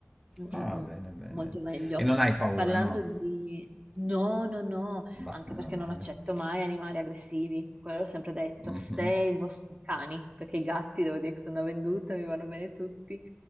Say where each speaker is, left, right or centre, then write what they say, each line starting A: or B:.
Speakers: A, on the right; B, in the centre.
A: Mm,
B: Ah,
A: mm, mm.
B: bene, bene.
A: Molto meglio.
B: E non hai paura,
A: Parlando
B: no?
A: di... No, no, no,
B: Bah,
A: anche
B: meno
A: perché
B: male.
A: non accetto mai animali aggressivi. Quello ho sempre detto,
B: Mhm.
A: se i vostri cani, perché i gatti devo dire che sono venduta, mi vanno bene tutti,